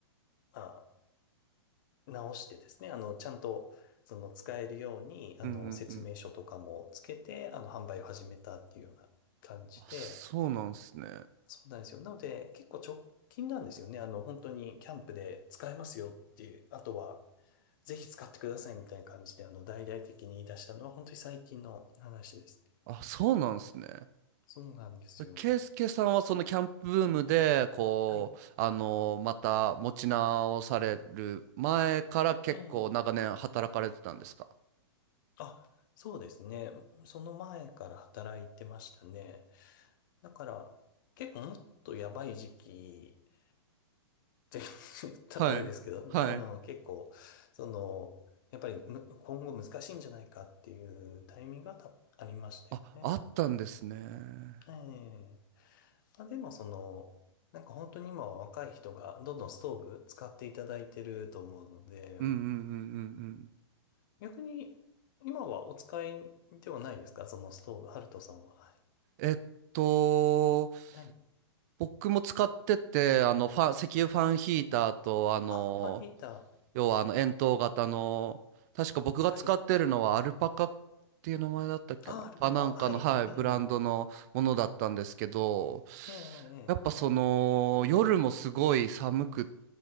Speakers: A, on the left; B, on the right.
A: まあ、直してですね、あの、ちゃんと、その、使えるように、あの、
B: うんうん。
A: 説明書とかもつけて、あの、販売を始めたっていうような感じで、
B: あ、そうなんすね。
A: そうなんですよ。なので、結構直近なんですよね。あの、本当にキャンプで使えますよっていう、あとは、ぜひ使ってくださいみたいな感じで、あの、大々的に言い出したのは、本当に最近の話ですね。
B: あ、そうなんすね。
A: そうなんですよ。
B: ケイスケさんはそのキャンプブームでこうあのまた持ち直される前から結構長年働かれてたんですか
A: はい。ええあ、そうですね。その前から働いてましたね。だから、結構もっとやばい時期って <laughs> 言ったらあれですけど、
B: はい。はい。
A: あの、結構、その、やっぱりむ今後難しいんじゃないかっていうタイミングがたありましたよね。
B: あ、あったんですね。う
A: ええまあ、でもその、なんか本当に今は若い人がどんどんストーブ使っていただいてると思うので、
B: んうんうんうん
A: 逆に今はお使いではないですかそのストーブ、ハルトさんは。はい。
B: うん。えっと
A: はい。
B: 僕も使っててあのファン石油ファンヒーターとあの
A: ええあ、ファンヒータ
B: 要はあの円筒型の、確か僕が使ってるのはアルパカっていう名前だったっけな。
A: ー。はい。あ、アルパカ。
B: あ、なんかの、
A: はい。
B: はい、
A: ええ
B: ブランドのものだったんですけど、
A: ええ、ええ、
B: やっぱその夜もすごい寒く